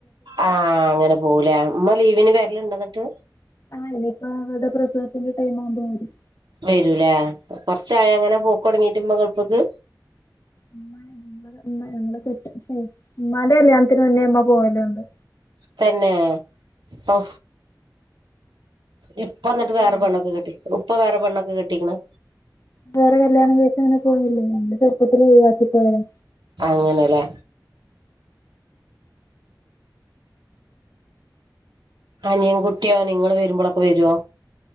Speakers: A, on the right; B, on the left.
A: ആ... ങ്ങനെ പോവൂലെ ഉമ്മ ലീവിന് വരല്ണ്ടൊന്ന്ട്ട്
B: ആ.. ഇനിപ്പോ അവരുടെ പ്രസവത്തിന്റെ ടൈംമാവുമ്പ വരും
A: വരുലേ കൊറച്ചായ അങ്ങനെ പോക്കൊടങ്ങീട്ട് ഉമ്മ ഗൾഫ്ക്
B: ഉം ഉമ്മാ ഞങ്ങളെ ഉമ്മാന്റെ കല്യാണത്തിന് മുന്നേ... പോവലൊടങ്ങീക്ണ്
A: തന്നേ.. ഒ ഇപ്പന്നിട്ട്
B: നോക്കണ്ടേ
A: വേറെപെണ്ണോക്കെ കെട്ടീക്ക് ഉപ്പ വേറെ പെണ്ണൊക്കെ കെട്ടീക്ക്ണോ...?
B: വേറെ കല്യാണകഴിക്കാനങ്ങനെ പോയില്ലേ ഞങ്ങളെ ചെറുപ്പത്തിലേ ഒഴിവാക്കി പോയതാ...
A: അങ്ങനെലെ അനിയൻ കുട്ടിയോ നിങ്ങള് വരുമ്പളൊക്കെ വരോ..?